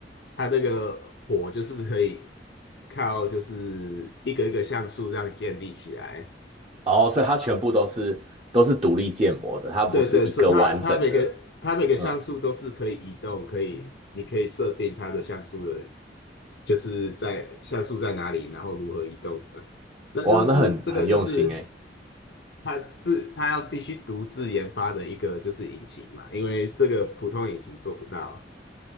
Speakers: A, on the left (about 70°); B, on the right (about 30°).
A: 它这个火就是可以靠就是一个一个像素这样建立起来。
B: 哦，所以它全部都是都是独立建模的，它不是一个完整的。
A: 对对，所以它它每个它每个像素都是可以移动，
B: 嗯，
A: 可以你可以设定它的像素的，就是在像素在哪里，然后如何移动的。那就是是这个就是
B: 哇，那很很用心哎。
A: 它是它要必须独自研发的一个就是引擎嘛，因为这个普通引擎做不到。